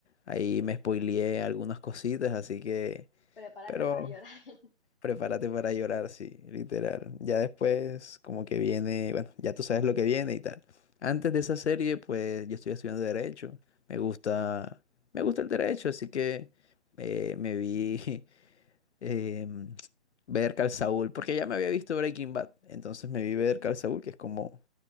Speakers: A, on the left; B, on the left.
A: ahí me spoileé algunas cositas, así que,
B: Prepárate
A: pero
B: para llorar. <laughs>
A: Prepárate para llorar, sí, literal. Ya después, como que viene, bueno, ya tú sabes lo que viene y tal. Antes de esa serie, pues yo estoy estudiando derecho. Me gusta, me gusta el derecho, así que eh, me vi <laughs> eh, ver Call Saul, porque ya me había visto Breaking Bad. Entonces me vi ver Call Saul, que es como